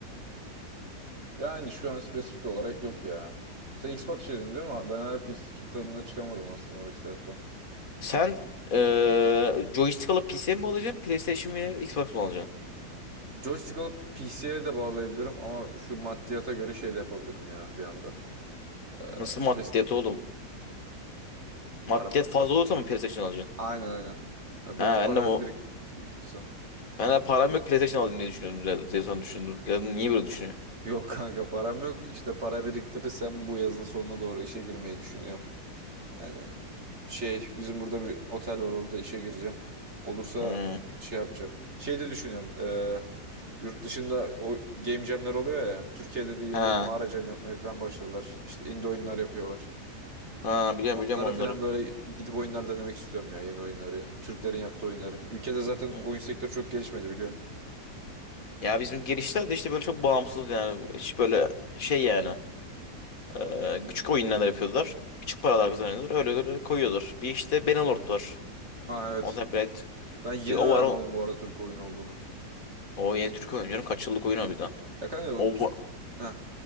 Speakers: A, on the right; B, on the left.
A: yani şu an spesifik olarak yok ya. Sen Xbox dedin değil mi? Ben hala PC kit tadına çıkamadım aslında o hissiyattan.
B: Sen eee joystick alıp PC mi alacaksın? PlayStation veya Xbox mı alacaksın?
A: Joystick alıp PC'ye de bağlayabilirim ama şu maddiyata göre şey de yapabilirim ya bir anda. Ee,
B: Nasıl maddiyat
A: Play-
B: oğlum?
A: para
B: Maddiyat
A: para.
B: fazla olursa mı PlayStation alacaksın?
A: Aynen aynen. Ya
B: Ha
A: Biraz
B: ben
A: para
B: de bu
A: birik biriktirirsem.
B: ben de param yok PlayStation alayım diye düşünüyordum zaten. Telefon düşündüm. Dedim, niye böyle düşünüyor?
A: Yok kanka param yok. İşte para biriktirirsem bu yazın sonuna doğru işe girmeyi düşünüyorum. Yani şey bizim burada bir otel var orada işe gireceğim. Olursa
B: Hmm.
A: şey yapacağım. Şey de düşünüyorum. eee, yurt dışında o game jamler oluyor ya. Türkiye'de de yeni
B: Ha.
A: yeni mağara jam yapmaya falan başladılar. İşte indie oyunlar yapıyorlar.
B: Ha biliyorum
A: Onlara
B: biliyorum onları.
A: falan böyle gidip oyunlar denemek istiyorum ya yeni oyunları. Türklerin yaptığı oyunları. Ülkede zaten
B: Hı.
A: oyun sektörü çok gelişmedi biliyorsun.
B: Ya bizim girişler de işte böyle çok bağımsız yani. Hiç böyle şey yani. e, küçük oyunlar yapıyorlar. Küçük paralar kazanıyorlar. Öyle öyle koyuyorlar. Bir işte Benelord var.
A: Ha evet.
B: Mountain Blade.
A: Ben yeni
B: Bir o
A: öğrendim
B: var. O,
A: oğlum bu arada Türk oyun olduğunu.
B: o yeni Türk oyunu canım. Kaç yıllık oyun o bir daha.
A: Ya kanka o
B: O,
A: Türk...
B: bu-
A: Heh.